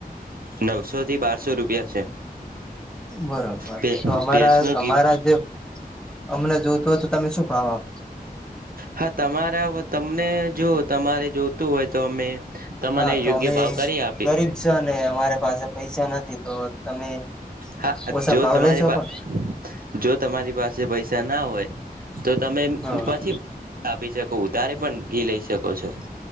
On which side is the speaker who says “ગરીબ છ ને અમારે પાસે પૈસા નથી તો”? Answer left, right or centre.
Centre